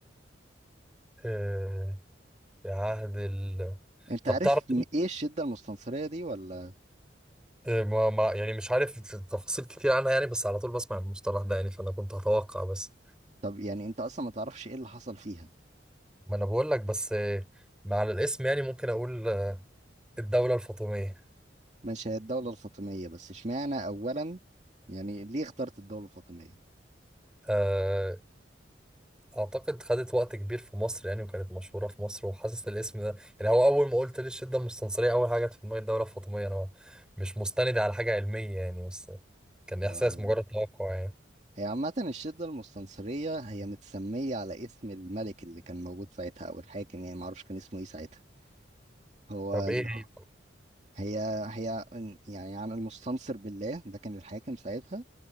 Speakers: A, in the centre; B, on the right (about 40°).
A: لي في عهد ال
B: انت
A: طب
B: عارف
A: تعرف
B: م- ايه الشدة المستنصرية دي ولا
A: آه، ما ما يعني مش عارف تفاصيل كتير عنها يعني بس على طول بسمع المصطلح ده يعني فأنا كنت هتوقع بس
B: طب يعني انت اصلا ما تعرفش ايه اللي حصل فيها
A: ما أنا بقول لك بس آه، مع الاسم يعني ممكن أقول آه، الدولة الفاطمية
B: ماشي هي الدولة الفاطمية بس اشمعنى اولا يعني ليه اخترت الدولة الفاطمية؟
A: آه، أعتقد خدت وقت كبير في مصر يعني وكانت مشهورة في مصر وحاسس الاسم ده يعني هو أول ما قلت لي الشدة المستنصرية أول حاجة جت في دماغي الدولة الفاطمية أنا مش مستند على حاجة علمية يعني بس كان
B: آه.
A: إحساس مجرد توقع يعني
B: هي عامة الشدة المستنصرية هي متسمية على اسم الملك اللي كان موجود ساعتها او الحاكم يعني معرفش كان اسمه ايه ساعتها هو
A: طب
B: ال-
A: إيه هي؟
B: هي هي يعني عن المستنصر بالله ده كان الحاكم ساعتها